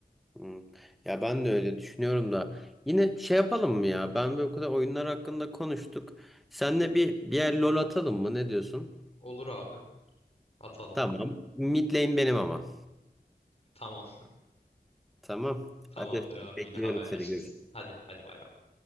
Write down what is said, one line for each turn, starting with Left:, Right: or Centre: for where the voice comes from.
Centre: Hmm. Ya ben de öyle düşünüyorum da yine şey yapalım mı ya? Ben bir o kadar oyunlar hakkında konuştuk. Senle bir bir yer LoL atalım mı? Ne diyorsun?
Left: Olur abi atalım.
Centre: Tamam. Mid lane benim ama.
Left: Tamam.
Centre: Tamam.
Left: Tamamdır
Centre: Hadi
Left: abi
Centre: bekliyorum
Left: yine haberleşiriz.
Centre: seni. Görüşürüz.
Left: Hadi hadi bay bay.